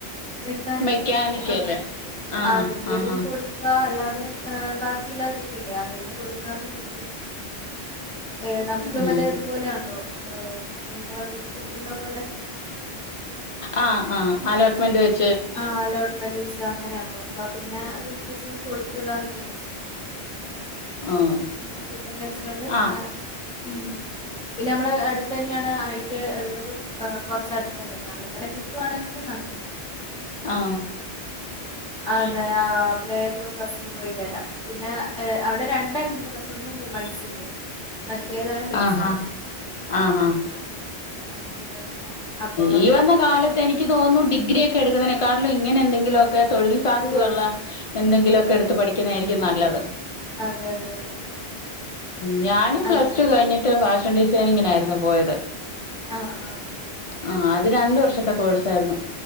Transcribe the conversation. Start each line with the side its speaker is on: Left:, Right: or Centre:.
Centre: മെക്കാനിക്ക്
Left: മെക്കാനിക്കല്
Centre: പോലത്തെ ഇല്ലേ ആ
Left: ആഹ്
Centre: അതിന്റെതും
Left: ആഹ് ആഹ്
Centre: കൊടുക്കാം അല്ലാതെ ബാക്കി ഇള്ളതൊക്കേ ഇല്ലേ അതെല്ലാം കൊടുക്കാന്ന് വിചാരിക്കുന്നു. എ നമ്മുക്ക്
Left: ഉം
Centre: മറ്റേ ഇതുപോലെ ആണല്ലോ ഏതാ അത് കിട്ടുന്ന പോലെ
Left: ആ ആ അലോട്ട്മെൻ്റ് വെച്ച്
Centre: ആ അലോട്ട്മെന്റ് വച്ച് അങ്ങനെ ആണല്ലോ? പ്പോ പിന്നെ അത് പക്ഷേ കൊടുത്തുടാന്ന് വി
Left: ആഹ്
Centre: ന്താ കിട്ടുന്നേച്ചാല്
Left: ആഹ്
Centre: ഉം പിന്നെ നമ്മള് അടുത്തന്നെ ആണ് ആയിട്ട് ഇള്ളതും കുറച്ച് അടുത്തന്നെയാണ് അവിടെ തന്നെ കിട്ടു വാണെങ്കില് നല്ലത്.
Left: ആ
Centre: അതെ ആ വേഗം ബസ്സിന് പോയി വരാം. പിന്നെ അവിടെ രണ്ടെണ്ണം ഇണ്ട് ഒന്ന് വുമൺസിൻ്റെയാ. മറ്റേതാണ് മിക്സിഡ്
Left: ആഹ് ആഹ് ആഹ് ആഹ്
Centre: ആ അന്നേരം അങ്ങനെ അപ്പോ
Left: ഈ വന്ന് കാലത്ത് എനിക്ക് തോന്നുന്നു ഡിഗ്രി ഒക്കേ എടുക്കുന്നതിനെക്കാളും ഇങ്ങനെ എന്തെങ്കിലും എന്തെങ്കിലും ഒക്കെ തൊഴിൽ സാധ്യതയുള്ള
Centre: കോഴ്സ്
Left: എന്തെങ്കിലും ഒക്കെ എടുത്ത് പഠിക്കുന്നതായിരിക്കും നല്ലത് <unintelligible>
Centre: അതെ അതെ
Left: ഞാനും പ്ലസ്
Centre: അതിന്റെ
Left: ടു കഴിഞ്ഞിട്ട് ഫാഷൻ ഡിസൈനിംങ്ങിനാരുന്നു പോയത്
Centre: ആ ആ
Left: ആ അത് രണ്ട് വർഷത്തെ കോഴ്സ് ആരുന്നു